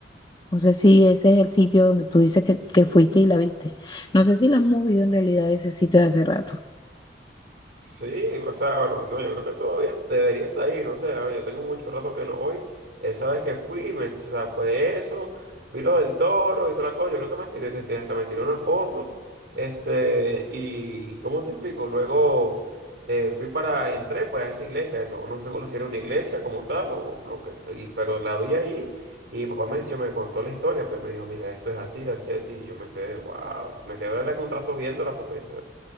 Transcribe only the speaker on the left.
No sé si ese es el sitio donde tú dices que, que fuiste y la viste. No sé si la han movido en realidad de ese sitio de hace rato.